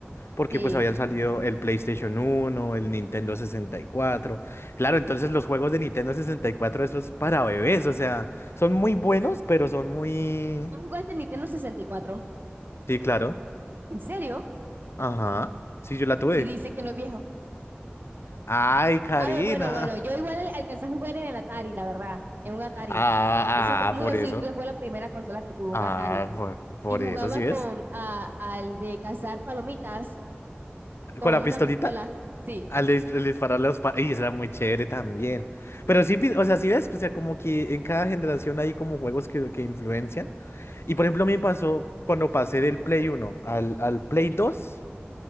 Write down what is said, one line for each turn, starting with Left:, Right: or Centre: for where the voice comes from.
Left: porque
Right: Sí.
Left: pues habían salido el PlayStation uno, el Nintendo sesenta y cuatro, Claro, entonces los juegos de Nintendo 64 esos para bebés, o sea, son muy buenos, pero son muy...
Right: ¿Tú no jugaste en Nintendo 64?
Left: Sí, claro.
Right: ¿En serio?
Left: Ajá. Sí, yo la tuve.
Right: Y dice que no es viejo.
Left: Ay, Karina.
Right: A ver, bueno, bueno, yo igual al- alcancé a jugar en el Atari, la verdad, en un Atari.
Left: Ah,
Right: Eso fue,
Left: ah,
Right: bueno,
Left: por eso.
Right: sí, fue, fue la primera consola que tuvo
Left: Ah,
Right: un Atari.
Left: por, por
Right: Y jugaba
Left: eso, ¿sí ves?
Right: con a- al de cazar palomitas con
Left: Con la
Right: una
Left: pistolita,
Right: pistola. Sí,
Left: al, dis- al dispararle a los... pa- Y eso era muy chévere también. Pero sí, vi- o sea, sí ves, o sea, como que en cada generación hay como juegos que, que influencian. Y por ejemplo, a mí me pasó cuando pasé del Play uno al, al Play 2